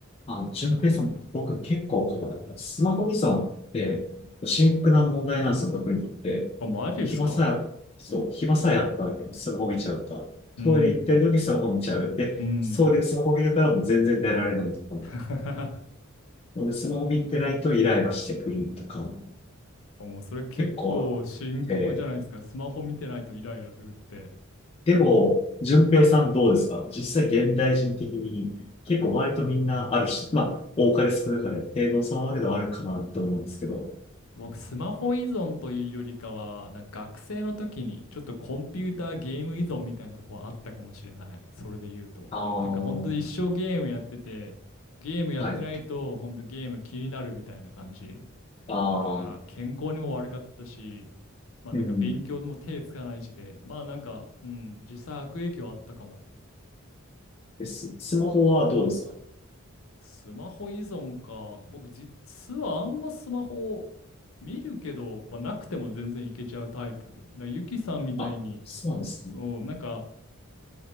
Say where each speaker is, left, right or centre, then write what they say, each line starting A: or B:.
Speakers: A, on the left; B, on the left.
A: あの、純平さん、僕結構こう、スマホ依存って深刻な問題なんですよ、僕にとって。
B: あ、マジっすか。
A: 暇さえ、そう、暇さえあったわらスマホ見ちゃうと。トイレ行ってる時にスマホ見ちゃう。
B: うん。
A: で、
B: うん。
A: それでスマホ見るからもう全然出られないとか。
B: <laughs>
A: なので、スマホ見てないとイライラしてくるとか、
B: あもうそれ結構深刻じゃないですか。
A: 結構あって。
B: スマホ見てないとイライラするって。
A: でも、順平さんどうですか実際現代人的に結構割とみんなあるし、まあ、多かれ少なかれ、程度の差はあれどあるかなと思うんですけど。
B: 僕、スマホ依存というよりかは、なんか学生の時にちょっとコンピューターゲーム依存みたいなとこはあったかもしれない。それで言うと。
A: ああ。
B: なんか本当に一生ゲームやってて、ゲームやってないと本当ゲーム気になるみたいな感じ。
A: はい。ああ、
B: まあ、健康にも悪かったし、まあなんか勉強でも手つかないしで、
A: うん。
B: まあなんか、うん、実際悪影響あったかも。
A: え、ス、スマホはどうですか
B: スマホ依存か。僕実はあんまスマホを見るけど、まあ、なくても全然いけちゃうタイプ。だからゆきさんみたいに、
A: あ、そうなんですね。
B: そう、なんか、